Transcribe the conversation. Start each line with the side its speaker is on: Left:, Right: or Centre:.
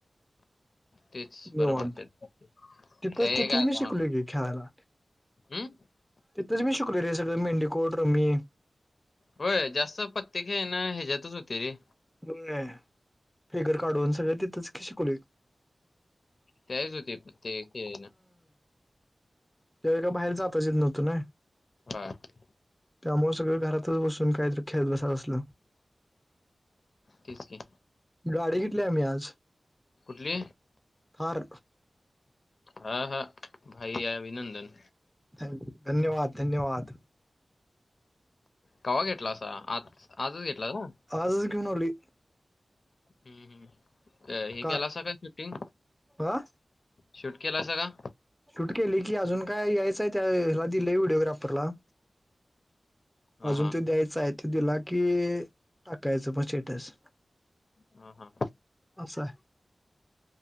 Left: तेच
Centre: निवांत,
Left: बरोबर तेच ते
Centre: तिथच तिथच
Left: काय आता
Centre: मी शिकलो
Left: मला
Centre: की खेळायला.
Left: हम्म
Centre: तिथच मी शिकलो रे सगळ मेंडीकोट रमी.
Left: होय जास्त पत्ते खेळण ह्याच्यातच होते रे.
Centre: व्हय फिगर काढून सगळ तिथच की शिकलोय.
Left: त्यावेळीच होते पत्ते खेळण.
Centre: त्यावेळेला बाहेर जाताच येत नव्हत ना.
Left: <unintelligible>
Centre: त्यामुळे सगळ घरातच बसून काहीतरी खेळत बसा असल.
Left: तेच की.
Centre: गाडी घेतली आम्ही आज.
Left: कुठली?
Centre: फार
Left: हा हा, भाई अभिनंदन.
Centre: थॅंक, धन्यवाद धन्यवाद.
Left: कवा घेतलासा. आज आजच घेतला का मग.
Centre: आजच घेऊन आली
Left: हम्म हम्म, हे
Centre: का
Left: केल असा काय शूटिंग.
Centre: हा
Left: शूट केलासा का?
Centre: शूट केली की अजून काय यायचय त्या हेला दिले व्हिडिओग्राफरला.
Left: हा
Centre: अजून
Left: हा
Centre: त द्यायच आहे. तो दिला कि टाकायच बजेटस.
Left: हा हा
Centre: असं